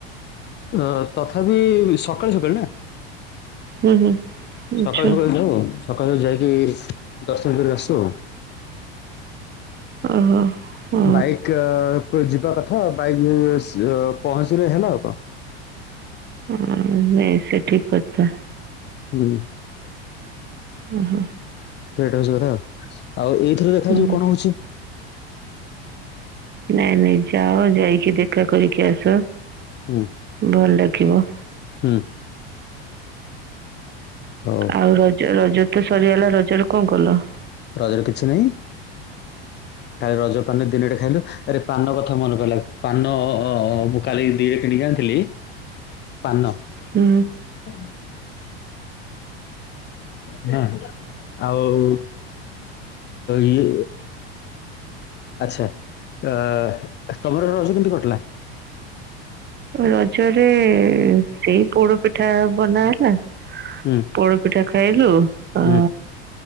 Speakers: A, on the left (about 35°); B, on the right (about 35°).
A: ଅ ତଥାପି ସକାଳୁ ସକାଳୁ ନା?
B: <inaudible> ହୁଁ ହୁଁ।
A: ସକାଳୁ
B: ଆଚ୍ଛା
A: ସକାଳୁ ଯାଇ ହବ ସକାଳୁ ସକାଳୁ ଯାଇକି ଦର୍ଶନ କରିଆସୁ।
B: ଓହୋ ହଁ
A: ବାଇକ ତା ପରେ ଯିବା କଥା ବାଇକ୍ ରେ ସ୍ ପହଞ୍ଚିଲେ ହେଲା ଆଉ କଣ?
B: ହଁ ନାଇ ସେ ଠିକ କଥା।
A: ହୁଁ
B: ଓହୋ
A: ସେଇଟା ହଉଛି କଥା ଆଉ ଏଇଥିରେ ଦେଖାଯିବ
B: ହୁଁ
A: କଣ ହଉଛି?
B: ନାଇଁ ନାଇଁ ଯାଅ ଯାଇକି ଦେଖା କରିକି ଆସ
A: ହୁଁ
B: ଭଲ ଲାଗିବ।
A: ହୁଁ ହଉ
B: ଆଉ ରଜ ରଜ ତ ସରିଗଲା ରଜ ରେ କଣ କଲ?
A: ରଜରେ କିଛି ନାହିଁ ଖାଲି ରଜ ପାନ ଦିନଟେ ଖାଇଲୁ। ଆରେ ପାନ କଥା ମନେ ପଇଲା ପାନ-ଅ-ଅ ମୁଁ କାଲି ଦିଟା କିଣିକି ଆଣିଥିଲି ପାନ।
B: ହୁଁ
A: <inaudible> ହଁ ଆଉ ଇଏ ଆଚ୍ଛା। ଆ ତମର ରଜ କେମିତି କଟିଲା?
B: ରଜରେ ସେଇ ପୋଡ ପିଠା ବନା ହେଲା।
A: ହୁଁ
B: ପୋଡପିଠା ଖାଇଲୁ
A: ହୁଁ
B: ଆ